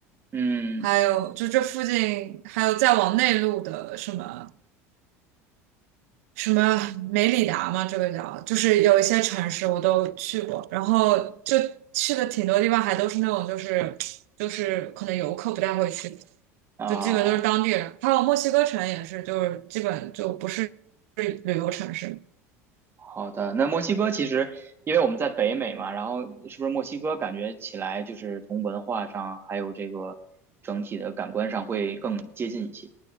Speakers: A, on the right (about 30°); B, on the right (about 70°).
A: 嗯
B: 还有就这附近还有再往内陆的什么。什么梅里达嘛，这个叫，就是有一些城市我都去过，然后就去的挺多地方，还都是那种就是就是可能游客不太会去，
A: 啊，
B: 就基本都是当地人。还有墨西哥城也是，就是基本就不是旅游城市
A: 好的。那墨西哥其实，因为我们在北美嘛，然后是不是墨西哥感觉起来就是从文化上还有这个整体的感官上会更接近一些？